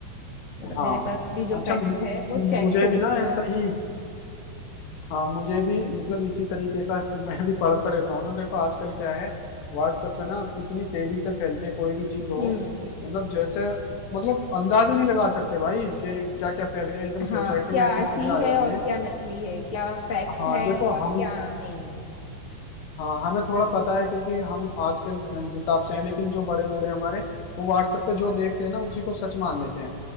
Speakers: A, on the left (about 25°); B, on the left (about 80°).
A: मतलब
B: हाँ
A: मेरे पास भी जो
B: अच्छा
A: फैक्ट
B: मु-
A: है वो
B: मुझे
A: चेक हो
B: भी ना
A: चुका
B: ऐसा
A: है अब।
B: ही हाँ मुझे भी मतलब इसी तरीके का <laughs> मैं भी पढ़ता रहता हूँ ना देखो आजकल क्या है व्हाट्सएप पे ना इतनी तेजी से फैलती है कोई भी चीज हो
A: हम्म
B: मतलब जैसे मतलब अंदाजे नहीं लगा सकते भाई कि क्या क्या फैल गया एकदम सोसाइटी
A: हाँ क्या
B: में ऐसी
A: असली
B: चीजें आ
A: है
B: जाती
A: और
B: हैं
A: क्या नकली है क्या फैक्ट
B: हाँ
A: है
B: देखो
A: और
B: हम
A: क्या नहीं है
B: हाँ हमें थोड़ा पता है क्योंकि हम आज के हिसाब से हैं लेकिन जो बड़े बूढ़े हमारे वो व्हाट्सएप पे जो देखते हैं ना उसी को सच मान लेते हैं